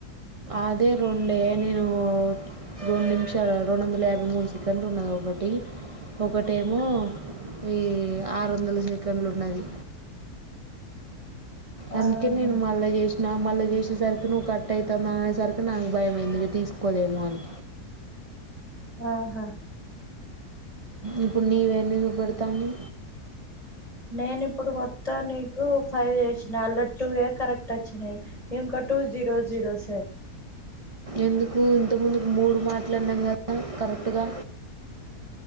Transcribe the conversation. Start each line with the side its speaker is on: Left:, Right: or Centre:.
Right: అదే రెండే నేను రెండు నిమిషాలు రెండు వందల యాభై మూడు సెకండ్లు ఉన్నది ఒకటి ఒకటేమో ఈ ఆరు వందల సెకండ్లు ఉన్నది
Left: ఆహా
Right: అందుకే నేను మళ్ళా చేసా నా మళ్ళీ చేసేసరికి నువ్వు కట్ అయితంది అనే సరికి నాకు భయం తీసుకోలేమో అని
Left: ఆహా
Right: ఇప్పుడు నీవేన్నీ చూపెడుతాంది
Left: నేను ఇప్పుడు మొత్తాన్ని ఫైవ్ చెస్ అలా టూ ఏ కరెక్ట్ వచ్చినాయి ఇంకా టూ జీరో జీరోసే
Right: ఎందుకు ఇంత ముందుకు మూడు మాట్లాడినం కదా కరెక్ట్గా